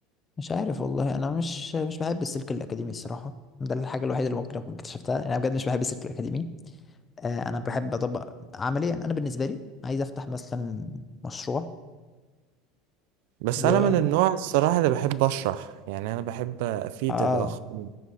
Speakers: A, on the left (about 15°); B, on the right (about 70°).
A: مش عارف والله انا مش مش بحب السلك الاكاديمي الصراحه ده الحاجه الوحيده اللي ممكن اكون اكتشفتها انا بجد مش بحب السلك الاكاديمي آه، انا بحب اطبق عمليا انا بالنسبه لي عايز افتح مثلا مشروع
B: بس
A: و
B: انا من النوع الصراحه اللي بحب اشرح يعني انا بحب افيد
A: اه
B: الاخرين